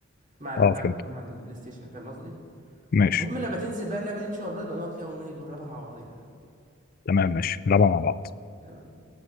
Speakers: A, on the right (about 40°); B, on the left (about 45°).
A: مع ال...
B: اه
A: مع
B: فهمت
A: مع البلاي ستيشن فاهم قصدي؟
B: ماشي
A: المهم لما تنزل بقى اللعبة دي إن شاء الله نبقى نقعد كده ونجربها مع بعضينا
B: تمام ماشي نلعبها مع بعض
A: تمام